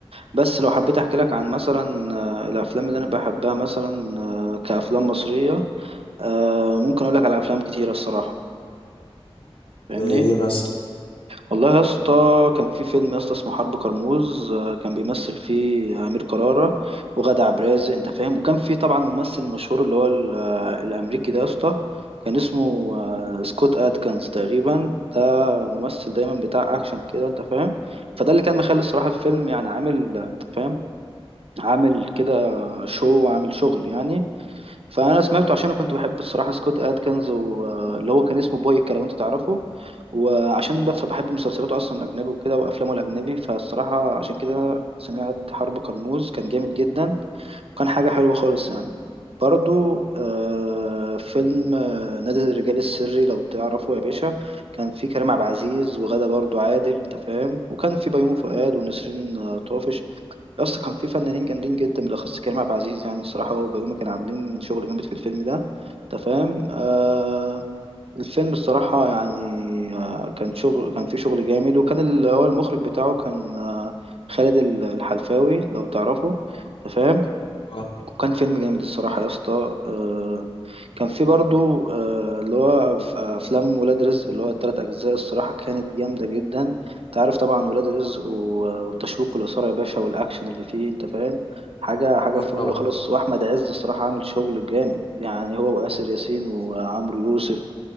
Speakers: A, on the right; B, on the left.
A: بس لو حبيت احكي لك عن مثلا آه، الافلام اللي انا بحبها مثلا آه، كافلام مصريه آه، ممكن اقول لك على افلام كتيره الصراحه فاهمني
B: زي ايه مثلا
A: والله يا اسطى كان في فيلم يا اسطى اسمه حرب كرموز آه، كان بيمثل فيه أمير كرارة وغادة عبد الرازق أنت فاهم وكان في طبعا ممثل مشهور اللي هو ال- آه، الأمريكي ده يا اسطى كان اسمه آه، سكوت أدكنز تقريبا ده ممثل دايما بتاع أكشن كده أنت فاهم فده اللي كان مخلي الصراحة الفيلم يعني عامل آه، أنت فاهم عامل كده شو وعامل شغل يعني فانا سمعته عشان كنت بحب الصراحه سكوت ادكنز واللي هو كان اسمه بويكا لو انت تعرفه وعشان بف- بحب مسلسلاته اصلا الاجنبي وكده وافلامه الاجنبي فالصراحه عشان كده سمعت حرب كرموز كان جامد جدا وكان حاجه حلوه خالص يعني برضو آه، فيلم آه، نادي الرجال السري لو تعرفه يا باشا كان فيه كريم عبد العزيز وغادة برضو عادل انت فاهم وكان فيه بيومي فؤاد ونسرين آه، طافش يا اسطى كان في فنانين جامدين جدا بالاخص كريم عبد العزيز يعني الصراحه هو وبيومي كانوا عاملين شغل جامد في الفيلم ده انت فاهم آه الفيلم الصراحه يعني آه كان شغل كان في شغل جامد وكان اللي هو المخرج بتاعه كان آه خالد ال- الحلفاوي لو تعرفه انت فاهم
B: اه،
A: وكان فيلم جامد الصراحه يا اسطى آه كان في برضو آه، اللي هو ف- آه، افلام ولاد رزق اللي هو التلات اجزاء الصراحه كانت جامده جدا انت عارف طبعا ولاد رزق و- آه، والتشويق والاثاره يا باشا والاكشن اللي فيه انت فاهم حاجه حاجه
B: اكيد
A: فل
B: طبعا
A: خالص واحمد عز الصراحه عامل شغل جامد يعني هو واسر ياسين وعمرو يوسف